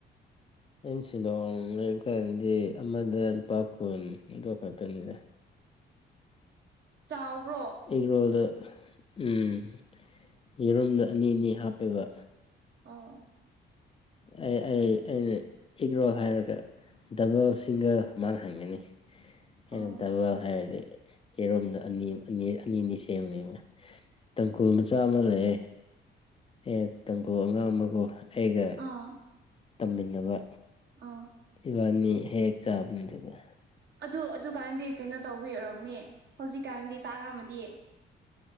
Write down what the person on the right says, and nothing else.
ꯆꯥꯎꯕ꯭ꯔꯣ꯫
ꯑꯥ
ꯑꯣ
ꯑꯥ
ꯑꯥ
ꯑꯗꯨ ꯑꯗꯨ ꯀꯥꯟꯟꯗꯤ ꯀꯩꯅꯣ ꯇꯧꯕꯤꯔꯔꯣꯅꯦ ꯍꯧꯖꯤꯛꯀꯥꯟꯟꯗꯤ ꯇꯥꯡ ꯑꯃꯗꯤ